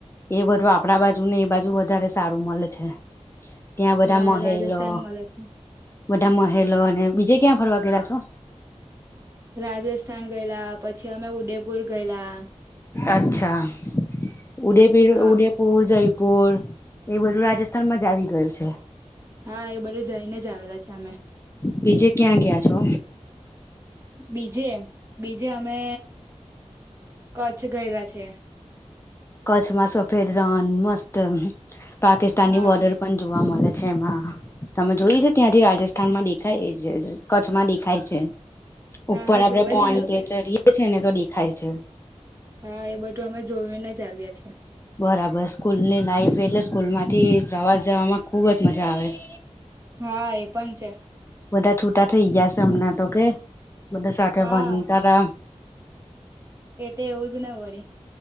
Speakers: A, on the left; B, on the right.
A: એ બધું આપડા બાજુ ને એ બાજુ વધારે સારું મળે છે ત્યાં બધા
B: હા
A: મહેલો
B: રાજસ્થાન મળે છે
A: બધા મહેલો અને બીજે ક્યાં ફરવા ગયેલા છો
B: રાજસ્થાન ગયેલા પછી અમે ઉદયપુર ગયેલા
A: અચ્છા ઉદયપીર
B: હા
A: ઉદયપુર જય પુર એ બધું રાજસ્થાન માં જ આવી ગયું છે
B: હા એ બધું જઈને જ આવેલા છે અમે
A: બીજે ક્યાં ગયા છો
B: બીજે બીજે અમે કચ્છ ગયેલા છે
A: કચ્છમાં સફેદ રન મસ્ત પાકિસ્તાની
B: હા
A: બોર્ડર પણ જોવા મળે છે એમાં તમે જોય છે ત્યાંથી રાજસ્થાન માં દેખાય છે કચ્છમાં દેખાય છે
B: હા
A: ઉપર
B: હા
A: આપડે
B: જોવેલી
A: પોઈન્ટ
B: ને અમે
A: પર ચરીએ છ છે ને તો દેખાય છે
B: હા એ બધું અમે જોઈને જ આવ્યા છે
A: બરાબર સ્કૂલની લાઈફ એટલે સ્કૂલ માંથી પ્રવાસ જમાં ખુબ જ મજા આવે છે
B: હા એ પણ છે
A: બધા છૂટા થઈ ગયા છે હમણાં તો કે બધા સાથે
B: હા
A: વનતા હતા
B: એ તો એવું જ ન વળે